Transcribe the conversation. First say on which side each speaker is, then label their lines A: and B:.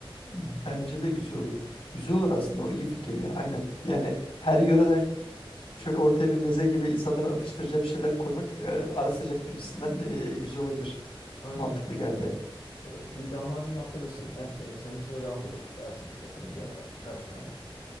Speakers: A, on the left (about 85°); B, on the left (about 60°).
A: Bence de güzel olur. Güzel olur aslında o iyi fikir ya aynen. Yani her yöreden şöyle ortaya bir meze gibi insanların atıştıracağı bir şeyler koymak e, ara sıcak gibisinden e, güzel olabilir.
B: Aynen
A: Mantıklı
B: aynen
A: geldi
B: yani
A: ya.
B: e, bir lahmacun yaptırırsın hem e, senin için de rahat olur dersin işte fırıncıya kaç tane